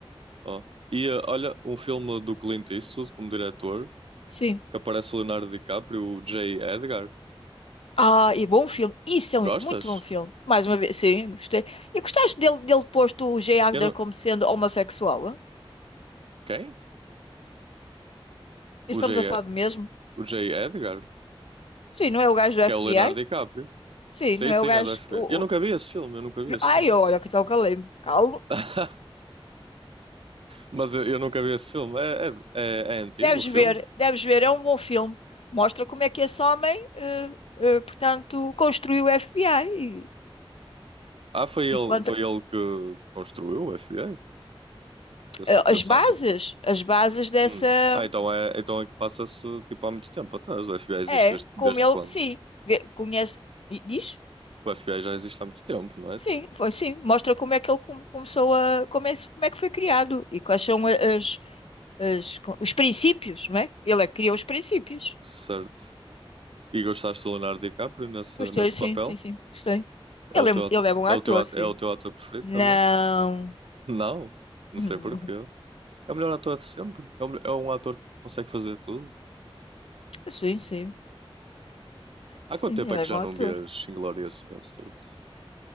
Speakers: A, on the right; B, on the left.
A: ó E eh, olha, um filme do Clint Eastwood como diretor,
B: Sim.
A: que aparece o Leonardo DiCaprio, o J. Edgar.
B: Ah, e bom filme. Isso é
A: Gostas?
B: um muito bom filme. Mais uma vez, sim, gostei. E gostaste dele, dele posto o Jay Agner
A: Eu não...
B: como sendo homossexual? hã?
A: Quem?
B: Estamos
A: O J.
B: a falar
A: E-
B: do mesmo?
A: O J. Edgar,
B: Sim, não é o gajo do FBI?
A: que é o Leonardo DiCaprio.
B: Sim,
A: Sim,
B: não é
A: sim,
B: o gajo.
A: é do F FBI.
B: O,
A: Eu nunca
B: o...
A: vi esse filme, eu nunca vi esse
B: Ai,
A: filme.
B: olha que tal calei-me. Calmo.
A: <laughs> Mas eu, eu nunca vi esse filme. É, é, é, é antigo
B: Deves
A: o filme?
B: ver, deves ver, é um bom filme. Mostra como é que esse homem, eh, eh, portanto, construiu o FBI e,
A: Ah, foi ele,
B: e quanto,
A: foi ele que construiu o F FBI? Esse,
B: eh, as
A: esse
B: bases,
A: homem?
B: as bases dessa.
A: Hum. Ah, então é, então é que passa-se tipo há muito tempo atrás. O FBI existe
B: É,
A: desde, desde
B: como ele,
A: quando?
B: sim, vê- conhece. di- Diz?
A: O FBI já existe há muito tempo, não é?
B: Sim,
A: Tipo,
B: foi sim. Mostra como é que ele come- começou a. Como é, como é que foi criado e quais são a- as, as- os princípios, não é? Ele é que criou os princípios.
A: certo. E gostaste do Leonardo DiCaprio nesse,
B: Gostei,
A: nesse
B: sim,
A: papel?
B: sim, sim, gostei. Ele
A: É o teu,
B: é,
A: ato-
B: ele é bom
A: é
B: ator,
A: o teu, ato-
B: sim.
A: é o teu ator preferido
B: Não,
A: também? Não, não
B: não.
A: sei porquê. É o melhor ator de sempre. É, o mel- é um ator que consegue fazer tudo.
B: Sim, sim,
A: Há
B: sim,
A: quanto tempo
B: ele
A: é que
B: é bom
A: já
B: ator.
A: não vês Inglourious Basterds?